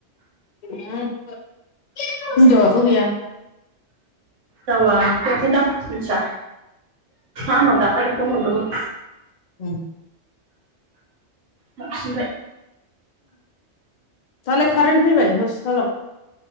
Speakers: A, on the left; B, on the right.
A: उम हिनजावथ' गैया
B: जावा फैयाखैदां मिथिया आंनाव दाखालि फन हरदोंमोन।
A: उम
B: थाफिनबाय
A: दालाय कारेन्ट फैबाय हस्पिटालाव